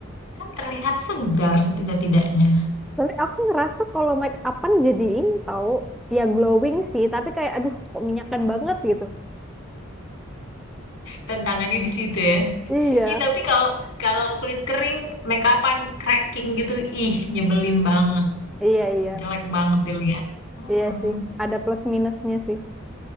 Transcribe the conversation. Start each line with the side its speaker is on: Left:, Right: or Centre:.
Left: kan terlihat segar setidak-tidaknya.
Centre: tapi aku ngerasa kalau make upan jadi ini tahu ya glowing sih tapi kayak aduh kok minyakan banget gitu
Left: Tantangannya di situ ya.
Centre: iya
Left: Ih, tapi kalau kalau kulit kering make upan cracking gitu, ih nyebelin banget.
Centre: iya iya
Left: Jelek banget dilihat. Mm-mm.
Centre: iya sih ada plus minusnya sih